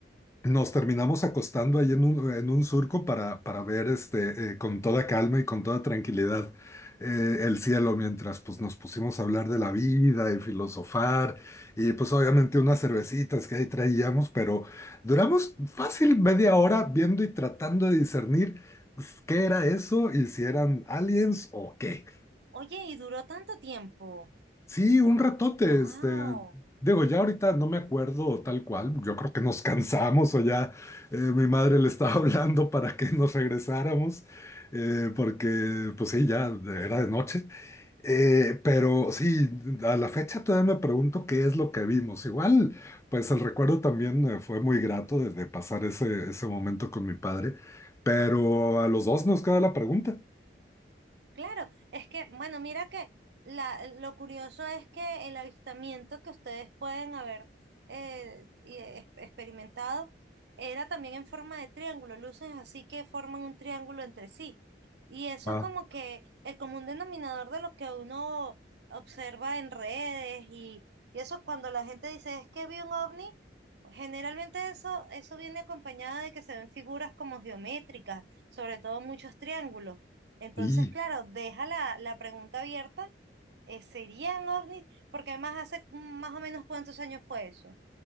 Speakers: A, on the left; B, on the right.
A: nos terminamos acostando ahí en un, en un surco para, para ver este, eh, con toda calma y con toda tranquilidad eh, el cielo mientras pues, nos pusimos a hablar de la vida y filosofar y pues obviamente unas cervecitas que ahí traíamos, pero duramos fácil media hora viendo y tratando de discernir pues, qué era eso y si eran aliens o qué.
B: Oye, y duró tanto tiempo.
A: Sí, un ratote,
B: ¡Wow!
A: este, digo, ya ahorita no me acuerdo tal cual, yo creo que nos cansamos o ya eh, mi madre le estaba <laughs> hablando para que nos regresáramos, eh, porque pues sí, ya era de noche, Eh, pero sí, a la fecha todavía me pregunto qué es lo que vimos, igual, pues el recuerdo también eh, fue muy grato de, de pasar ese, ese momento con mi padre, pero a los dos nos queda la pregunta.
B: Claro, es que, bueno, mira que la, lo curioso es que el avistamiento que ustedes pueden haber eh, y, eh, experimentado era también en forma de triángulo, luces así que forman un triángulo entre sí. Y eso
A: Ah,
B: es como que el común denominador de lo que uno observa en redes y, y eso cuando la gente dice es que vi un ovni, generalmente eso, eso viene acompañado de que se ven figuras como geométricas, sobre todo muchos triángulos. Entonces,
A: y,
B: claro, deja la, la pregunta abierta, eh, ¿serían ovnis? Porque además hace mm, más o menos cuántos años fue eso.